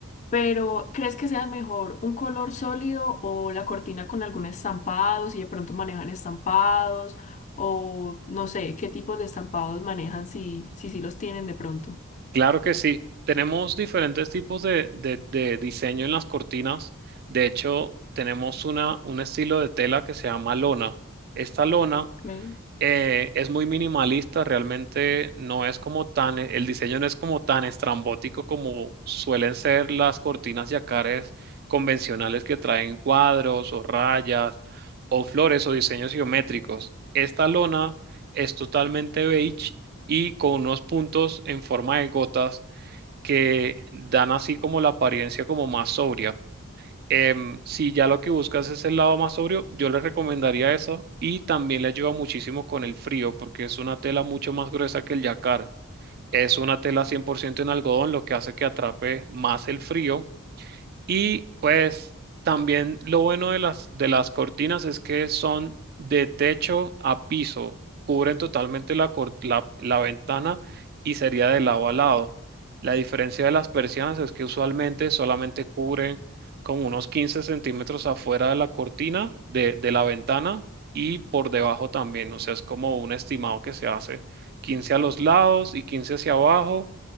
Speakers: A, on the left; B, on the right.
A: Pero, ¿crees que sea mejor un color sólido o la cortina con algún estampado, si de pronto manejan estampados, o no sé, qué tipo de estampados manejan si, si, sí los tienen de pronto?
B: Claro que sí. Tenemos diferentes tipos de, de- de diseño en las cortinas. De hecho, tenemos una, un estilo de tela que se llama lona. Esta lona
A: Ok.
B: eh, es muy minimalista, realmente no es como tan, el diseño no es como tan estrambótico como suelen ser las cortinas yacares convencionales que traen cuadros o rayas o flores o diseños geométricos. Esta lona es totalmente beige y con unos puntos en forma de gotas que dan así como la apariencia como más sobria. Em, si ya lo que buscas es el lado más sobrio, yo les recomendaría eso y también le ayuda muchísimo con el frío porque es una tela mucho más gruesa que el yacar. Es una tela 100% en algodón, lo que hace que atrape más el frío y pues también lo bueno de las, de las cortinas es que son de techo a piso, cubren totalmente la, cor- la, la ventana y sería de lado a lado. La diferencia de las persianas es que usualmente solamente cubren como unos 15 centímetros afuera de la cortina, de, de la ventana y por debajo también. O sea, es como un estimado que se hace 15 a los lados y 15 hacia abajo